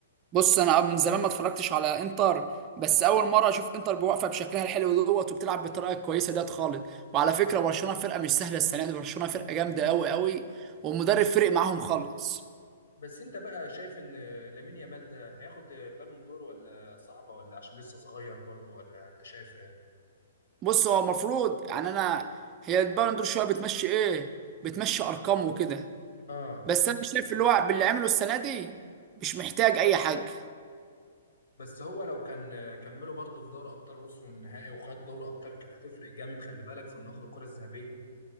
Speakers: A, on the right (about 25°); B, on the left (about 70°).
A: بص انا من زمان ما اتفرجتش على انتر بس اول مره اشوف انتر بواقفه بشكلها الحلو دوت وبتلعب بالطريقه الكويسه ديت خالص وعلى فكره برشلونه فرقه مش سهله السنه دي برشلونه فرقه جامده قوي قوي والمدرب فرق معاهم خالص
B: بس انت بقى شايف ان لامين يامال ده هياخد بالون دور ولا صعبة ولا عشان لسه صغير برضو ولا انت شايف ايه
A: بص هو المفروض يعني انا هي البالون دور شويه بتمشي ايه بتمشي ارقام وكده
B: اه
A: بس انا شايف اللي هو باللي عمله السنه دي مش محتاج اي حاجه
B: بس هو لو كان كملوا برضو في دوري ابطال وصلوا النهائي وخد دوري ابطال كانت هتفرق جامد خلي بالك في انه ياخد الكرة الذهبية